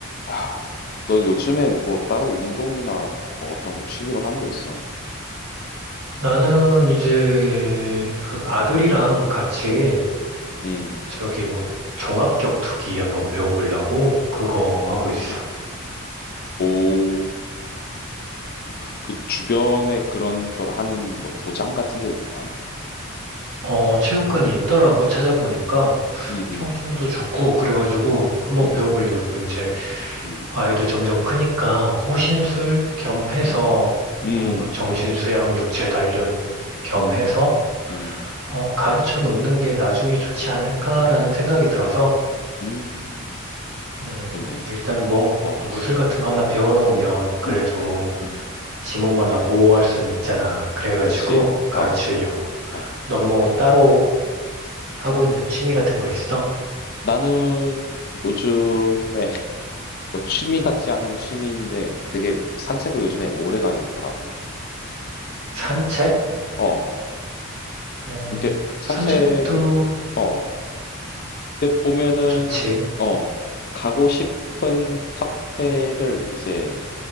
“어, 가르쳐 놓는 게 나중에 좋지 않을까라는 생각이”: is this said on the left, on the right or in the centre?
Right